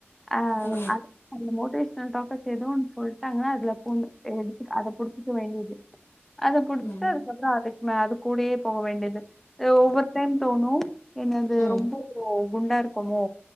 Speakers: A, in the centre; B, on the left.
A: ஆ
B: ம்
A: <unintelligible> மோட்டுவேசன் டாக்டர்ஸ் எதோ ஒன்னு சொல்ட்டாங்கன்னா அதுல பூண் எடுத் அத புடுச்சிக்க வேண்டியது அத புடுச்சிட்டு
B: ம்
A: அதுக்கப்பற அதுக் மே அது கூடயே போக வேண்டியது ஒவ்வொரு ஃபஸ்ட் டைம் தோணு என்னது
B: ம் ம்
A: ரொம்போ குண்டா இருக்கமோ